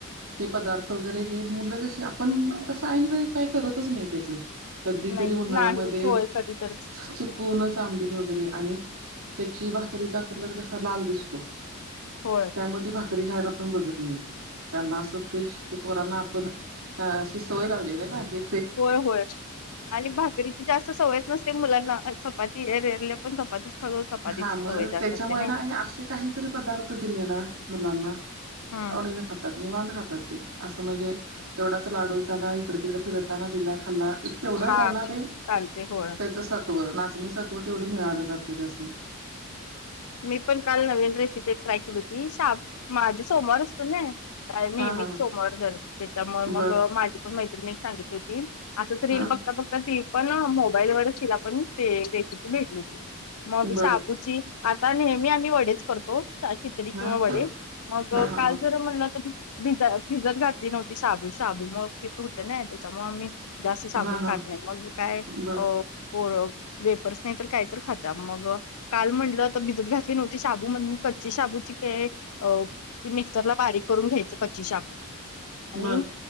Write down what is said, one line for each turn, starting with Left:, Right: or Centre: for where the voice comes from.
Right: हे पदार्थ वगैरे हे मुलं कशी आपण, तसं ऐन वेळी काही करतच नाही त्याचं. कधी
Left: नाही
Right: तरी उन्हाळ्यामध्ये,
Left: नाहीच होय कधीतरीच
Right: च कूनच आंबील वगैरे, आणि त्याची भाकरीचा कलर कसा लाल दिसतो.
Left: होय
Right: त्यामुळं ती भाकरी खायला पण बघत त्यांना असं फ्रेश, ते पोरांना आपण अशी सवय लावलेली ना आहे
Left: होय होय, आणि भाकरीची जास्त सवय नसते मुलांना चपाती <unintelligible> पण चपातीच खातो चपातीची
Right: हा
Left: सवय
Right: मग
Left: जास्त
Right: त्याच्यामुळे
Left: असते नाही
Right: ना हे असे काहीतरी पदार्थ दिले ना, मुलांना
Left: हा
Right: आवडीनं खातात, निवांत खातात ते, असं म्हणजे तेवढाच लाडू एखादा इकडे तिकडे फिरत ताना, दिला खाल्ला. एक तेवढं
Left: हा
Right: त्यांना ते
Left: चालते होय
Right: त्याच होय, नाचणी सत्व तेवढं मिळालं जातं त्यासनी.
Left: मी पण काल नवीन रेसिपी ट्राय केली होती शाप माझं सोमवार असतं ना नेहमीच
Right: हा हा हा
Left: सोमवार जरच्यामुळे मग
Right: बर
Left: माझी पण माहि मी एक सांगितली होती असंच रील
Right: हा
Left: बघता बघता ती पण मोबाईलवरच तिला पण ते रेसिपी भेटली होती मग
Right: बर
Left: शबूची तर नेहमी आम्ही वडेच करतो, खिचडी
Right: हा
Left: किंवा वडे मग
Right: हा हा
Left: काल
Right: हा
Left: जरा म्हणलं तर भिज भिजत घातली नव्हती शाबू, शाबु मुळं पित होते ना त्याच्यामुळ मी जास्त शाबू
Right: हा हा
Left: खात नाही, मग काय
Right: बर
Left: अ वेपर्स नाही तर काहीतर खात्या, मग अ काल म्हणलं भिजत घातली नव्हती शाबू म्हण कच्ची शाबूची काय अ ती मिक्सर ला बारीक करून घ्यायचं कच्ची शाबू. आणि
Right: बर